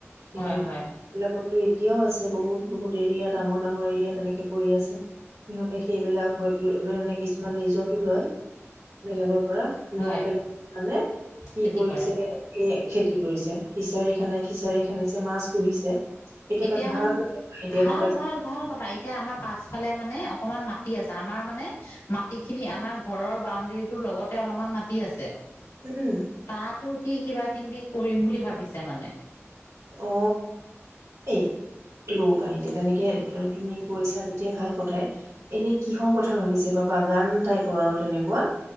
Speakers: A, on the right (about 75°); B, on the left (about 85°).
A: কিন্তু
B: হয় হয়
A: এইবিলাকতো এতিয়াও আছে, বহুত- বহুত এৰিয়া ডাঙৰ- ডাঙৰ এৰিয়াত। তেনেকে পৰি আছে। সিহঁতে সেইবিলাক হয়তো মানে কিছুমান লীজতটো লয় বেলেগৰ পৰা
B: হয়
A: লৈ পেলাই, মানে কি
B: খেতি
A: কৰিছে
B: কৰে
A: এ খেতি কৰিছে। ফিছাৰী খানে, ফিচাৰী খানদিছে মাছ পুহিছে। এইটো
B: এতিয়া
A: এটা ভাল
B: মান
A: ব্যৱসায় এতিয়া
B: ভাল-
A: গম পাইছো
B: ভাল ভাল কথা। এতিয়া আমাৰ পাছফালে মানে অকমান মাটি আছে, আমাৰ মানে মাটিখিনি আমাৰ ঘৰৰ বাউণ্ডেৰীটো লগতে অলপমান মাটি আছে।
A: উম।
B: তাতো সি কিবা- কিনিবি কৰিম বুলি ভাবিছে মানে।
A: অ, এই ৰবা, এতিয়া তেনেকে তুমি কৈছা যেতিয়া ভাল কথাই। এনে কিহৰ কথা ভাবিছে, বা বাগান টাইপৰ আৰু তেনেকুৱা